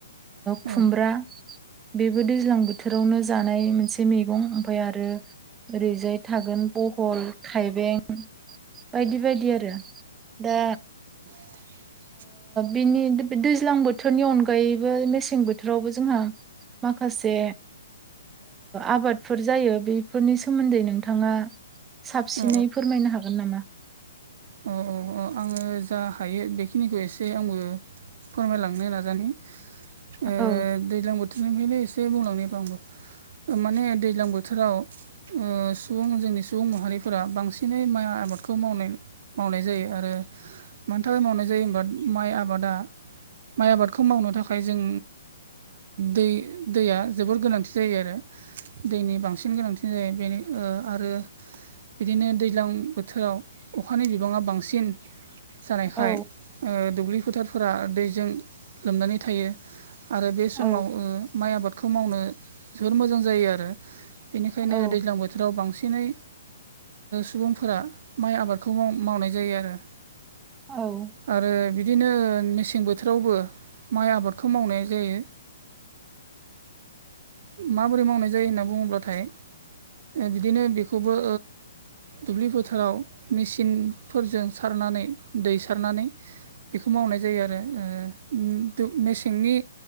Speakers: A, on the right (about 55°); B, on the right (about 15°).
A: औ उम औ
B: खुमब्रा बेबो दैज्लां बोथोरावनो जानाय मोनसे एसे मैगं ओमफ्राय आरो ओरैजाय थागोन बहल थायबें बायदि बायदि आरो दा
A: <unintelligible>
B: बिनि दैज्लां बोथोरनि अनगायैबो मेसें बोथोरावबो जोंहा माखासे आबादफोर जायो बेफोरनि सोमोन्दै नोंथाङा साबसिनै
A: औ
B: फोरमायनो हागोन नामा
A: औ औ आङो जा हायो बेखिनिखौ एसे आंबो फोरमायलांनो नाजानाय दैज्लां
B: औ
A: बोथोरनिफ्रायनो एसे बुंलांनायब आंबो माने दैज्लां बोथोराव सुबुं जोंनि सुबुं माहारिफोरा बांसिनै माइ आबादखौ मावनाय‌ मावनाय जायो आरो मानि थाखाय मावनाय जायो होनबा माइ आबादा माइ आबादखौ मावनो थाखाय जों दै दैया जोबोर गोनांथि जायो आरो दैनि बांसिन गोनांथि बेनो आरो बिदिनो दैज्लां बोथोराव अखानि बिबाङा बांसिन जानायखाय
B: औ
A: दुब्लि फोथारफोरा दैजों लोमनानै थायो आरो बे
B: औ
A: समाव माइ आबादखौ मावनो जोबोर मोजां जायो आरो बेनिखायनो
B: औ
A: दैज्लां बोथोर जोराव बांसिनै सुबुंफोरा माइ आबादखौ मावनाय जायो आरो
B: औ
A: आरो बिदिनो मेसें बोथोरावबो माइ आबादखौ मावनाय जायो माबोरै मावनाय जायो होनना बुङोब्लाथाय बिदिनो बेखौबो दुब्लि बोथोराव मेचिनफोरजों सारनानै दै सारनानै बेखौ मावनाय जायो आरो मेसेंनि